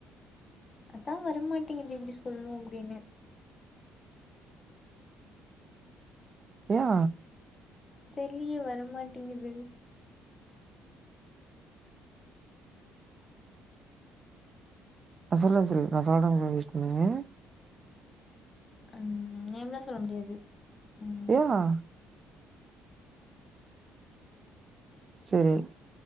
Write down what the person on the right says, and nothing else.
யா
நா சொல்ல சொல்லி நா அசால்ட்டா கொஞ்சு வேஸ் பண்ணுனே
ஏஹா செரி